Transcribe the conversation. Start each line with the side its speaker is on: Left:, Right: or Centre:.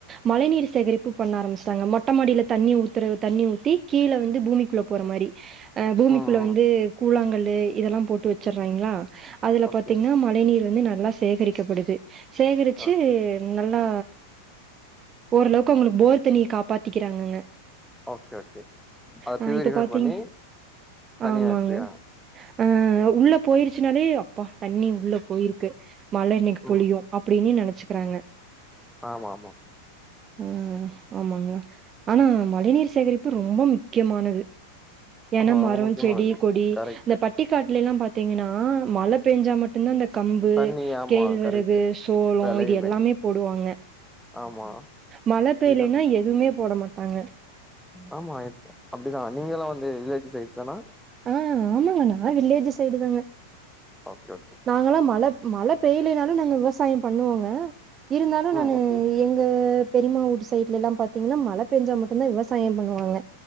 Right: மழை நீர் சேகரிப்பு பண்ண ஆரமிச்சுட்டாங்க மொட் டமாடில தண்ணி ஊத்துற தண்ணி ஊத்தி கீழ வந்து பூமிக்குள்ள போற மாரி அ பூமிக்குள்ள
Centre: ம் ம்
Right: வந்து கூழாங்கல்லு இதெல்லா போட்டு வச்சிர்றாங்களா அதுல
Centre: ஓகே
Right: பாத்தீங்னா மழை நீர் வந்து நல்லா சேகரிக்கப்படுது சேகரிச்சு
Centre: அ
Right: நல்லா ஓரளவுக்கு ஒங்களுக்கு போர் தண்ணிய காப்பாத்திக்கிறாங்கங்க
Centre: ஓக்கேச்சு அத
Right: ஆ
Centre: பீயூரிஃபைர்
Right: இப்ப பாத்தீங்
Centre: பண்ணி தனியா
Right: ஆமாங்க
Centre: எடுத்துகாங்க
Right: ஆ உள்ள போயிருச்சுனாலே அப்பா தண்ணி உள்ள போயிருக்கு மழ இன்னைக்கு பொழியு
Centre: ம்
Right: அப்டின்னு நெனச்சுகிறாங்க
Centre: ஆமா ஆமா
Right: ஆ ஆமாங்க ஆனா மழைநீர் சேகரிப்பு ரொம்ப முக்யமானது ஏனா
Centre: ஆமா
Right: மரோ
Centre: ரொம்ப முக்கியமானது
Right: செடி கொடி
Centre: கரெக்ட்டு
Right: இந்த பட் டிக்காட்லலா பாத்தீங்கன்னா மழ பேஞ்சா மட் டுந்தா இந்த கம்பு
Centre: தண்ணி ஆமா
Right: கேழ்வரகு
Centre: கரெக்ட்டு
Right: சோளோ
Centre: வெலையுமே
Right: இது எல்லாமே போடுவாங்க
Centre: ஆமா
Right: மழ பேய்லேன்னா
Centre: இதா
Right: எதுமே போட மாட்டாங்க
Centre: ஆமா எ அப்டிதா நீங்கல்லா வந்து வில்லேஜ் சைட் தானா
Right: ஆ ஆமாங்க நா வில்லேஜு சைடு தாங்க
Centre: ஓக்கே ஒக்கே
Right: நாங்கலா மழப் மழ பெய்யலேனாலு நாங்க விவசாயம் பண்ணுவோங்க இருந்தாலு
Centre: ம்
Right: நானு
Centre: ஓகே
Right: எங் க பெரியம்மா வூட்டு சைட்லலா பாத்தீங்கனா மழ பெஞ்சா மட்டுந்தா விவசாயம் பண்ணுவாங்க